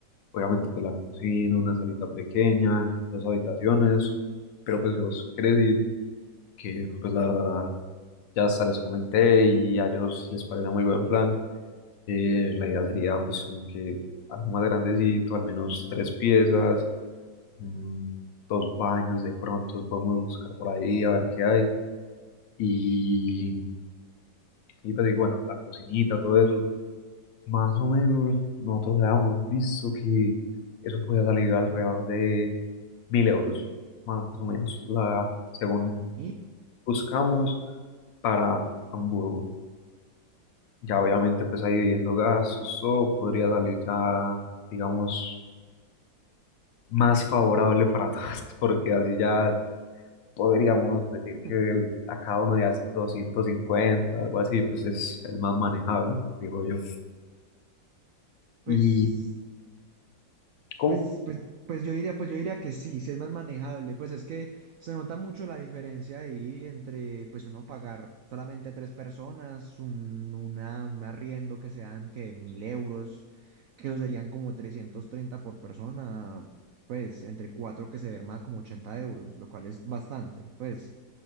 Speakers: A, on the left; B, on the right.
A: obviamente pues la cocina, una salita pequeña, dos habitaciones, pero pues si vos querés ir, que pues la verdad ya hasta les comenté y a ellos les parece muy buen plan, eh, la idea sería pues como que algo más grandecito, al menos tres piezas, mm, dos baños de pronto, podemos buscar por ahí a ver qué hay. Y Y pues digo, bueno, la cocinita, todo eso. Más o menos nosotros habíamos visto que eso podía salir alrededor de mil euros, más o menos, la, según
B: Y
A: buscamos para Hamburgo. Ya obviamente pues ahí viviendo gastos, todo podría salir ya, digamos, más favorable para todos, <laughs> porque así ya podríamos decir que
B: <laughs>
A: el- a cada uno de hace 250 algo así, pues es, el más manejable, digo yo.
B: pues
A: Y con
B: Pues, pues, pues yo diría, pues yo diría que sí, sí es más manejable. Pues es que se nota mucho la diferencia ahí entre pues uno pagar solamente tres personas, un, una, un arriendo que sean que mil euros, que eso serían como 330 por persona, pues entre cuatro que se verma como 80 euros, lo cual es bastante. Pues